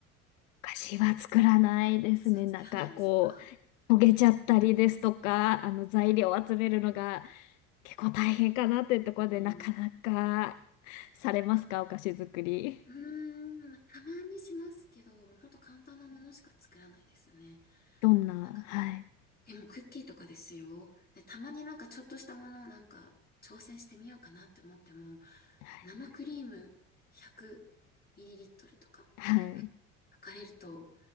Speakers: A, on the left; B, on the left.
A: お菓子は作らないですね。
B: 菓子作らないですか
A: なんかこう、焦げちゃったりですとか、あの、材料を集めるのが結構大変かなっていうところで、
B: ですよね。
A: なかなかされますか、
B: なんか
A: お菓子作り。
B: うーん、まあたまにしますけど、もうほんと簡単なものしか作らないですね。
A: どんな、
B: なんか、
A: はい。
B: でもクッキーとかですよ。で、たまになんかちょっとしたものをなんか挑戦してみようかなって思っても、
A: はい
B: 生クリーム 100ml とか
A: はい。
B: 測れると、